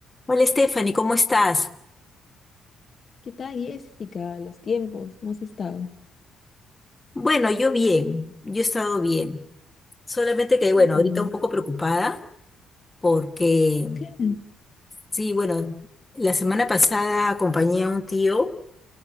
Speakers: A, on the left (about 15°); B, on the left (about 45°).
A: Hola Stephanie, ¿cómo estás?
B: ¿Qué tal, Jessica? Los tiempos, ¿cómo has estado?
A: Bueno, yo bien, yo he estado bien. Solamente que, bueno,
B: Bueno,
A: ahorita un poco preocupada porque,
B: bien.
A: sí, bueno, la semana pasada acompañé a un tío